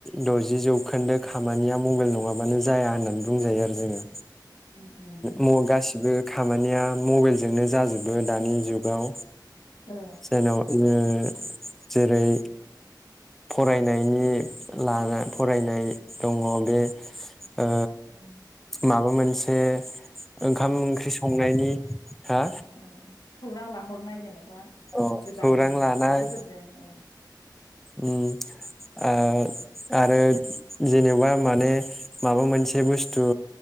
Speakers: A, in the centre; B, on the left.
A: द'जि जौखोन्दो खामानिया मबाइल नङाबानो जाया होननानै बुंजायो आरो जोङो
B: उम उम
A: माहोन गाससिबो खामानिया मबाइलजोंनो जाजोबो दानि जुगाव
B: ओ
A: जायननाव जोङो ओ जेरै फरायनायनि लाना फरायनाय दङ बे
B: <inaudible>
A: ओ माबा मोनसे ओंखाम ओंख्रि संनायनि हा
B: औ खौरां लाहरनाय जेनेबा बा
A: अ
B: गोजाननि
A: खौरां लानाय
B: आलासिफोरजों <inaudible>
A: उम आ आरो जेनेबा माने माबा मोनसे बुस्थु